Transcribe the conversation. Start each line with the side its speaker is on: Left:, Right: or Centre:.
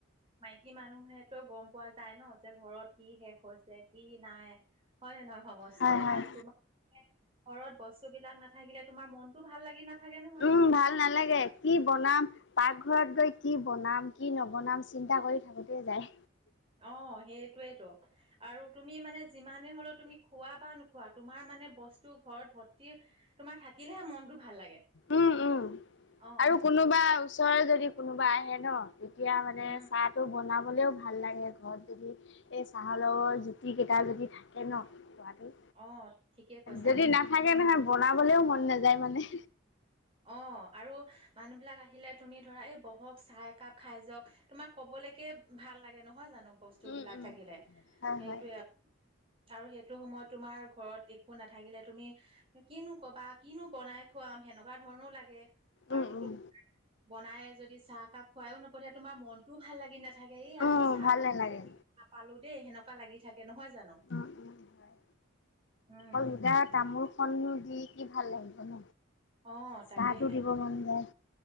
Right: মাইকী মানুহেতো গম পোৱা যায় ন যে ঘৰত কি শেষ হৈছে, কি নাই হয় নে নহয় সমস্ত
Left: হয় হয়
Right: আৰু তোমা ঘৰত বস্তুবিলাক নাথাকিলে তোমাৰ মনতো ভাল লাগি নাথাকে ন
Left: উম ভাল নালাগে কি বনাম পাকঘৰত গৈ কি বনাম কি নবনাম চিন্তা কৰি থাকোতে যায়।
Right: অ সেইটোয়েই ত। আৰু তুমি মানে যিমানে হলেও তুমি খোৱা বা নোখোৱা, তোমাৰ মানে বস্তু ঘৰত ভৰ্তি তোমাৰ থাকিলেহে মনতো ভাল লাগে।
Left: উম উম
Right: অ',
Left: আৰু কোনোবা ওচৰৰে যদি কোনোবা আহে ন তেতিয়া মানে
Right: উম,
Left: চাহটো বনাবলেও ভাল লাগে। ঘৰত যদি এই চাহৰ লগৰ জুতি কেইটা যদি থাকে ন খুৱাটো
Right: অ', ঠিকে কৈছা।
Left: যদি নাথাকে নহয় বনাবলেও মন নাযায় মানে।
Right: অঁ আৰু- মানুহ বিলাক আহিলে তুমি ধৰা এই বহক চাহ একাপ খাই যাওঁক তোমাক কবলৈকে ভাল লাগে নহয় জানো। বস্তু
Left: উম
Right: বিলাক
Left: উম।
Right: থাকিলে সেইটোৱে-
Left: হয় হয়
Right: আৰু সেইটো সময়ত তোমাৰ ঘৰত একো নাথাকিলে তুমি- কিনো কবা কিনো বনাই খুৱাম সেনেকুৱা ধৰণও লাগে
Left: উম
Right: আৰু
Left: উম
Right: তুমি - বনাই যদি চাহ কাপ খুৱাইও নপঠিয় তোমাৰ মনতও ভাল লাগি নাথাকে এই
Left: উম
Right: আজি চাহ
Left: ভাল
Right: কাপ-
Left: নালাগে
Right: নাপালো দেই সেনেকুৱা লাগি থাকে নহয় জানো।
Left: অঁ অঁ হয়
Right: উম
Left: অকল সুদা তামোল- খন নো দি কি ভাল লাগিব ন
Right: অ তাকেহে
Left: চাহটো দিব মন যায়।